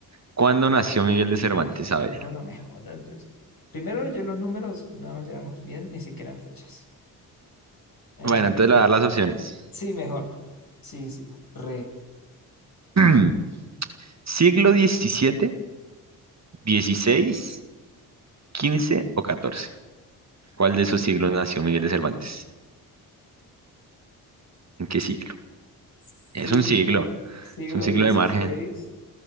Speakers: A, on the right (about 35°); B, on the left (about 50°).
A: ¿Cuándo nació Miguel de Cervantes? A
B: No,
A: ver.
B: no me jodas. yo- Primero, yo los números no nos llevamos bien, ni siquiera en fechas. Eh,
A: Bueno, entonces le voy a dar las opciones.
B: sí, mejor. Sí, sí. Re.
A: <clears throat> ¿Siglo diecisiete, dieciséis, quince o catorce. ¿Cuál de esos siglos nació Miguel de Cervantes? ¿En qué siglo?
B: Siglo,
A: Es un siglo,
B: siglo
A: es un siglo
B: dieciséis,
A: de margen.